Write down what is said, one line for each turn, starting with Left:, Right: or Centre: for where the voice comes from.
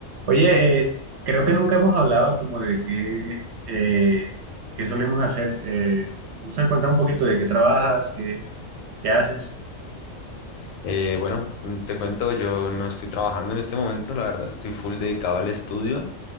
Right: Oye, eh, creo que nunca hemos hablado como de qué, eh, qué solemos hacer. Eh, no sé, cuéntame un poquito de qué trabajas, qué, qué haces.
Left: Eh, bueno, mm, te cuento, yo no estoy trabajando en este momento, la verdad, estoy full dedicado al estudio.